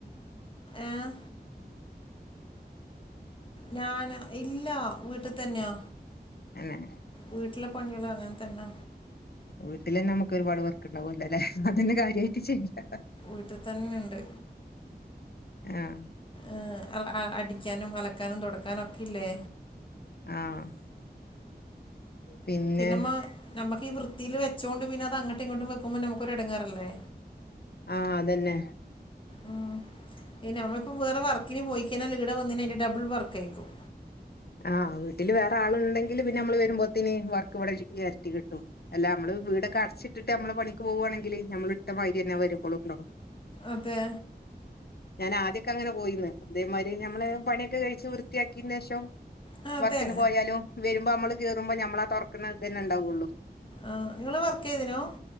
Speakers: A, on the left; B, on the left.
A: ഏഹ്? ഞാനോ? ഇല്ല്യ വീട്ട് തന്നെയാ
B: എന്നെ?
A: വീട്ടിലെ പണിയള് അങ്ങനെതന്നാ
B: വീട്ട്ലെന്നെ അമ്മക്കൊരുപാട് വർക്ക്ണ്ടാവൊല്ലലെ അതന്നെ കാര്യായിട്ട് ചെയ്യാ
A: വീട്ട്തെന്നെണ്ട്
B: ആഹ്
A: ഏഹ് അ അടിക്കാനും, അലക്കാനും, തൊടക്കാനൊക്കില്ലേ?
B: ആഹ് പിന്നെ
A: പിന്നെമ്മ നമ്മക്കീ വൃത്തീല് വെച്ചോണ്ട് പിന്നത് അങ്ങട്ട്ങ്ങോട്ടും വെക്കുമ്പോ നമ്മക്കൊരു എടങ്ങേറല്ലേ?
B: ആഹ് അതന്നെ
A: ഉം പിന്നെ നമ്മള്പ്പൊ വേറെ വർക്കിന് പോയിക്കഴിഞ്ഞാല് ഈടെ വന്ന്നെ അയിന്റെ ഡബ്ൾ വർക്കെക്കും
B: ആഹ് വീട്ടില് വേറെ ആള്ണ്ടെങ്കില് പിന്നമ്മള് വെരുമ്പോത്തിന് വർക്ക് വ്ടെ എരട്ടി കിട്ടും എല്ലാ അമ്മള് വീടൊക്കെ അട്ച്ചിട്ടിട്ട് മ്മളെ പണിക്ക് പോവാണെങ്കില് ഞമ്മള് ഇട്ടമാരിയെന്നെ വെരുമ്പൊളുണ്ടാവും
A: അതെ
B: ഞാനാദ്യൊക്കെ അങ്ങനെ പോയീന്ന് ഇതേമാരി ഞമ്മളെ പണിയൊക്കെ കഴിച്ച് വൃത്തിയാക്കീന്റേഷം
A: ആ, അതെ
B: വർക്കിന് പോയാലും വെരുമ്പോ അമ്മള് കേറുമ്പോ ഞമ്മളാ തൊർക്ക്ണെ ഇതന്നെണ്ടാവൊള്ളൂ
A: ആഹ് ഇങ്ങള് വർക്കെയ്തിനു?